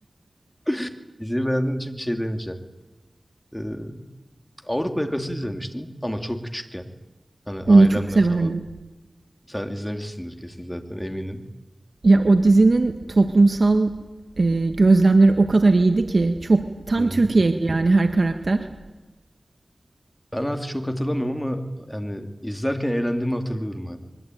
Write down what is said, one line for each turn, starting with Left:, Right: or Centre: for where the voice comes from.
Left: <laughs> Diziyi beğendiğim için bir şey demeyeceğim. Ee, Avrupa Yakası izlemiştim ama çok küçükken. Hani ailemle
Right: Onu çok severdim.
Left: falan. Sen izlemişsindir kesin zaten eminim.
Right: Ya o dizinin toplumsal e, gözlemleri o kadar iyiydi ki çok tam
Left: Hı hı.
Right: Türkiye'ydi yani her karakter.
Left: Ben artık çok hatırlamıyorum ama yani izlerken eğlendiğimi hatırlıyorum abi.